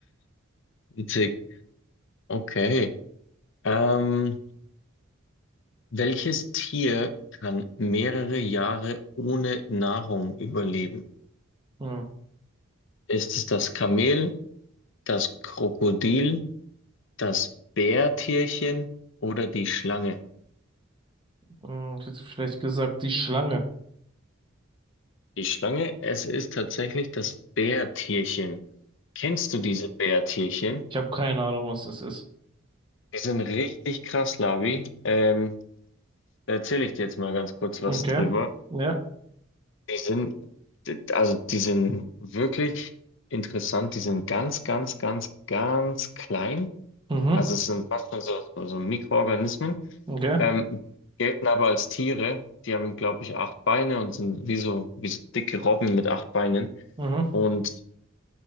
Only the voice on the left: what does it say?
Witzig. Okay. Ähm, welches Tier kann mehrere Jahre ohne Nahrung überleben?
Ist es das Kamel, das Krokodil, das Bärtierchen oder die Schlange?
Die Schlange, es ist tatsächlich das Bärtierchen. Kennst du diese Bärtierchen?
Die sind richtig krass, Labi. Ähm, da erzähle ich dir jetzt mal ganz kurz was
drüber.
Die sind, d- also die sind wirklich interessant. Die sind ganz, ganz, ganz, ganz klein.
Also es sind fast schon so, so, so Mikroorganismen.
Ähm, gelten aber als Tiere. Die haben, glaube ich, acht Beine und sind wie so, wie so dicke Robben mit acht Beinen.
Und